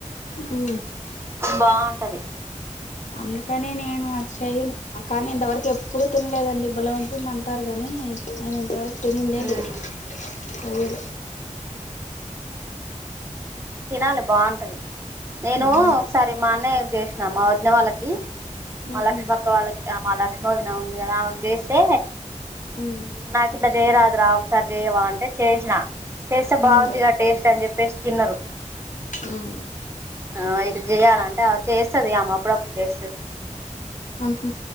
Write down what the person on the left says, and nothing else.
ఉ
అందుకనే నేను అది చెయ్యను కానీ ఇంతవరకు ఎప్పుడు తినలేదండి బాలే ఉంటున్ టారు గానీ నేను ఇంతవరకు తినిందే
లేదు అవును
ఉమ్
ఉమ్
హ్మ్
హ్మ్
హ్మ్
ఆహా